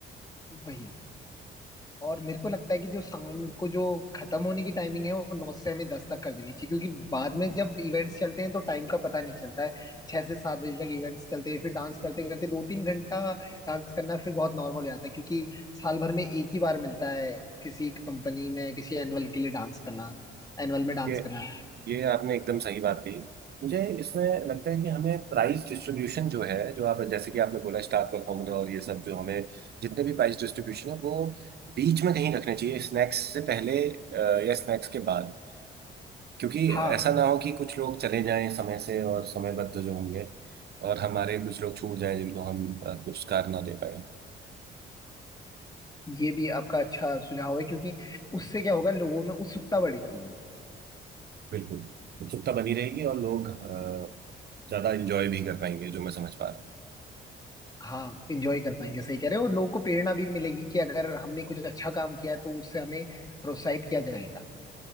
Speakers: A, on the left; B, on the right.
A: वही और मेरे को लगता है कि जो शाम को जो खत्म होने की टाइमिंग है वो नौ से हमें दस तक कर देनी चाहिए क्योंकि बाद में जब इवेंट्स चलते हैं तो टाइम का पता नहीं चलता है छह से सात बजे तक इवेंट्स चलते हैं फिर डांस करते करते दो तीन घंटा डांस करना फिर बहुत नॉर्मल हो जाता है क्योंकि साल भर में एक ही बार मिलता है किसी कंपनी में किसी एनुअल के लिए डांस करना एनुअल में डांस
B: ये
A: करना
B: ये आपने एकदम सही बात कही मुझे इसमें लगता है कि हमें प्राइस डिस्ट्रीब्यूशन जो है जो आप जैसे कि आपने बोला स्टार परफॉर्मर और ये सब जो हमें जितने भी प्राइस डिस्ट्रीब्यूशन है वो बीच में कहीं रखने चाहिए स्नैक्स से पहले अ, या स्नैक्स के बाद क्योंकि
A: हाँ
B: ऐसा ना हो कि कुछ लोग चले जाएं समय से और समयबद्ध जो होंगे और हमारे कुछ लोग छूट जाएं जिनको हम अ, पुरस्कार ना दे पाए
A: ये भी आपका अच्छा सुझाव है क्योंकि उससे क्या होगा लोगों में उत्सुकता बढ़ेगी
B: बिल्कुल उत्सुकता बनी रहेगी और लोग अ, ज्यादा इंजॉय भी कर पाएंगे जो मैं समझ पा रहा हूँ
A: हाँ इंजॉय कर पाएंगे सही कह रहे हो और लोगों को प्रेरणा भी मिलेगी कि अगर हमने कुछ अच्छा काम किया है, तो उससे हमें प्रोत्साहित किया जाएगा